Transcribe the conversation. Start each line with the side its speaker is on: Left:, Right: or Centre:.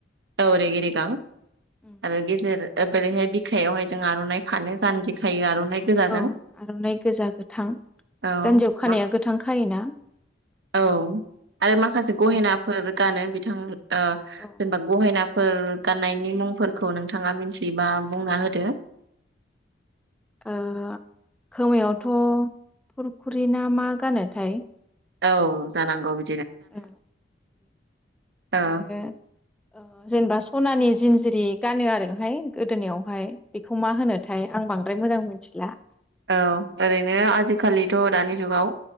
Right: औ रेगे रेगां
Centre: उम।
Right: आरो गेजे बोरैहाय बिखायावहाय जों आर'इ फानो जानजि खायो आर'नाय नाय गोजाजों
Centre: औ आर'नाइ गोजा गोथां
Right: <inaudible> औ
Centre: जानजियाव खानाया
Right: मा
Centre: गोथां खायोना?
Right: औ आरो माखासे गहेना
Centre: औ
Right: फोर गानो बि थां ओ
Centre: औ
Right: जेनबा गहेनाफोर गाननायनि मुंफोरखौ नोंथाङा मिथियोबा बुंना होदो
Centre: ओ खोमायावथ' फुरखुरि ना मा गानोथाय
Right: औ जानांगौ बि
Centre: <inaudible>
Right: औ
Centre: आरो ओ जेनेबा सनानि जिन्जिरि गानो आरोहाय गोदोनिायावहाय बेखौ मा होनोथाय आं बांद्राय मोजां मिथिला
Right: औ ओरैनो आजिखालिथ' दानि जुगाव